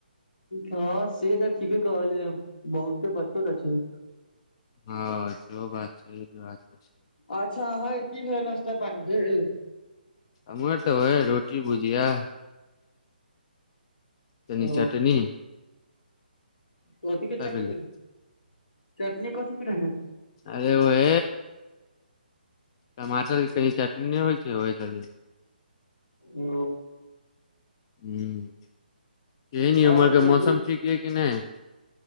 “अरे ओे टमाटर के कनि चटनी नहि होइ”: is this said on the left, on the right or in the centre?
Left